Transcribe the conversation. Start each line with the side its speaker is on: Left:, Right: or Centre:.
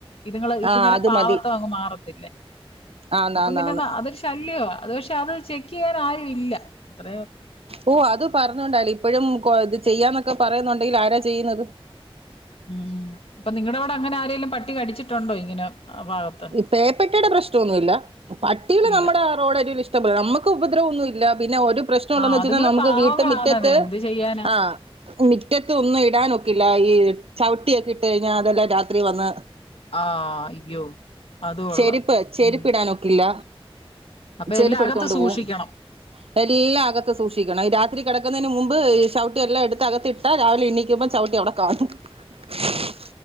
Left: ഇതുങ്ങള് ഇതുങ്ങളുടെ
Right: ആ അത്
Left: പാവത്തം
Right: മതി
Left: അങ്ങ് മാറത്തില്ലേ
Right: ആന്ന്
Left: അപ്പൊ
Right: ആന്ന്
Left: പിന്നെ
Right: ആന്ന്
Left: അതൊരു ശല്യവാ അത് പക്ഷെ അത് ചെക്ക് ഇ <unintelligible> ഓർ ആരു ഇല്ല ഇത്ര
Right: ഓ അത് പറഞ്ഞോണ്ടയല്ലേ ഇപ്പോഴും ഇത് ചെയ്യാന്നൊക്കെ പറയുന്നു ഇല് ആരാ ചെയ്യുന്നത്
Left: ഉം അപ്പൊ നിങ്ങളുടെ അവിടെ അങ്ങനെ ആരേങ്കലും പട്ടി കടിച്ചിട്ടുണ്ടോ ഇങ്ങനെ ആ ഭാഗത്ത്
Right: ഈ പേപ്പട്ടിയുടെ പ്രശ്നമൊന്നുല്ല പട്ടികളെ
Left: ഇല്ല
Right: നമ്മുടെ ആ റോഡ് അരികിലെ ഇഷ്ടം പോലെ നമുക്ക് ഉപദ്രവം ഒന്നും ലാ ബി ന്നാ ഒരു പ്രശ്നംഒള്ളാവെച്ച
Left: ആഹ് അതുങ്ങള്
Right: നമുക്ക്
Left: പാവങ്ങളാന്നതെ
Right: വീട്ട് മിറ്റത്ത്
Left: എന്ത് ചെയ്യാനാ
Right: അ മിറ്റത്ത് ഒന്ന് എ ഇടാനൊക്കില്ല ഈ ചവിട്ടിയൊക്കെ ഇട്ട് കഴിഞ്ഞാൽ അതെല്ലാം രാത്രിവന്ന്
Left: ആഹ് അയ്യോ അത് കൊള്ളാം
Right: ചെരുപ്പ് ചെരുപ്പ്
Left: ഉം
Right: ഇടാനൊക്കി ഇല്ല
Left: അപ്പൊ
Right: ചെരുപ്പ്
Left: എല്ലാം
Right: എടുത്തോണ്ട്
Left: അകത്ത് സൂക്ഷിക്കണം
Right: പോകും എല്ലാ അകത്തു സൂക്ഷിക്കണം രാത്രി കിടക്കുന്നതിനു മുമ്പ് ചവിട്ടി എല്ലാം എടുത്ത് അകത്തു ഇട്ടാൽ രാവിലെ എണീക്കുമ്പോ ചവിട്ടി അവിടെ കാണും ഹ്